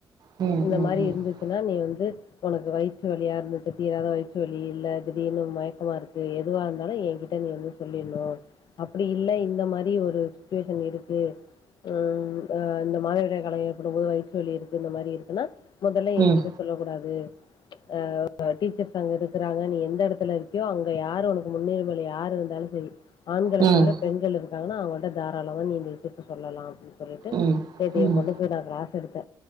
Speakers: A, on the right; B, on the left.
A: ம் ம் ம்
B: இந்த
A: ம் ம்
B: மாரி இருந்துச்சுன்னா நீ வந்து உனக்கு வயிற்று வலியா இருந்துச்சு தீராத வயிற்றுவலி இல்ல திடீர்னு மயக்கமா இருக்கு எதுவா இருந்தாலு என்கிட்ட நீ வந்து சொல்லிர்ணு அப்படி இல்ல இந்த மாரி ஒரு சிச்சுவேஷன் இருக்கு ம் அ இந்த மாதவிடாய் காலோ ஏற்படும்போது வயிற்று வலி இருக்கு இந்த மாரி இருக்குனா மொதல்ல
A: ம்
B: என்கிட்ட சொல்லக்கூடாது அ ப டீச்சர்ஸ் அங்க இருக்குறாங்க நீ எந்த எடத்துல இருக்யோ அங்க யாரு உனக்கு முன்னுரிமல யாரு இருந்தாலு செரி ஆண்கள
A: ம்
B: தவர பெண்கள் இருக்காங்கன்னா அவங்கள்ட்ட தாராளமா நீ இந்த விஷயத்த சொல்லலா அப்டின் சொல்லிட்டு
A: ம்
B: நேத்தி எ
A: ம்.
B: பொண்ணுக் கு நா க்ளாஸ் எடுத்த